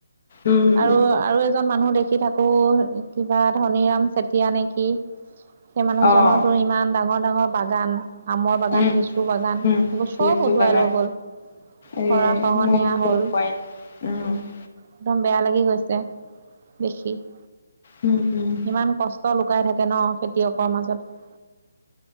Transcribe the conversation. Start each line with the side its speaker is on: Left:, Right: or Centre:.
Left: উম,
Right: আৰু-আৰু <inaudible> <unintelligible> এজন মানুহ দেখি থাকো কিবা ধনীৰাম চেতিয়া নেকি? সেই মানুহজনৰতো
Left: অ',
Right: ইমান ডাঙৰ-ডাঙৰ বাগান। <inaudible> আমৰ বাগান,
Left: উম,
Right: লেচু বাগান
Left: উম,
Right: এইবোৰ চব
Left: লিচু
Right: উটুৱাই
Left: বাগান
Right: লৈ গ'ল। <unintelligible>
Left: এ
Right: গৰা খহনীয়া
Left: মোক কোৱাই
Right: হ'ল। <inaudible>
Left: উম। <unintelligible>
Right: একদম বেয়া লাগি গৈছে দেখি। <unintelligible>
Left: উম-উম। <unintelligible>
Right: ইমান কষ্ট লুকাই থাকে ন খেতিয়কৰ মাজত। <unintelligible>